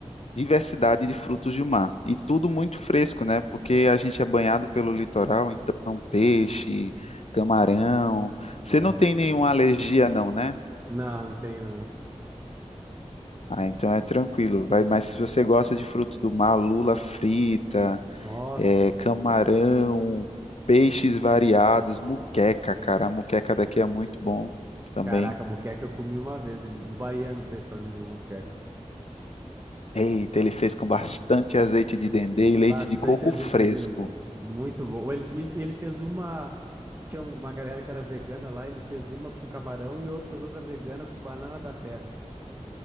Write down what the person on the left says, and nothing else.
diversidade de frutos do mar. E tudo muito fresco, né? Porque a gente é banhado pelo litoral, então peixe, camarão.
Você não tem nenhuma alergia, não, né?
Ah, então é tranquilo. Vai, mas se você gosta de fruto do mar, lula frita,
é, camarão, peixes variados, muqueca, cara. A muqueca daqui é muito bom também.
Eita, ele fez com bastante azeite de dendê e leite
de coco
fresco.